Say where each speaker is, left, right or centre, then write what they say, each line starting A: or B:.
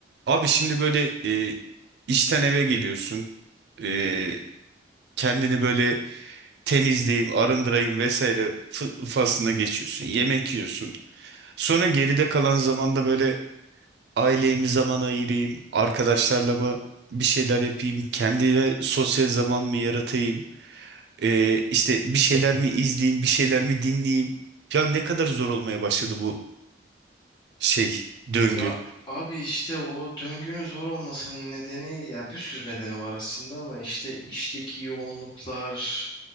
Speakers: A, on the right; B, on the left.
A: Abi şimdi böyle e, işten eve geliyorsun. E, kendini böyle temizleyeyim, arındırayım vesaire fı- faslına geçiyorsun. Yemek yiyorsun. Sonra geride kalan zamanda böyle aileye mi zaman ayırayım, arkadaşlarla mı bir şeyler yapayım, kendine sosyal zaman mı yaratayım, e, işte bir şeyler mi izleyeyim, bir şeyler mi dinleyeyim. Ya ne kadar zor olmaya başladı bu şey, döngü.
B: Ya abi işte o döngünün zor olmasının nedeni ya bir sürü nedeni var aslında ama işte işteki yoğunluklar,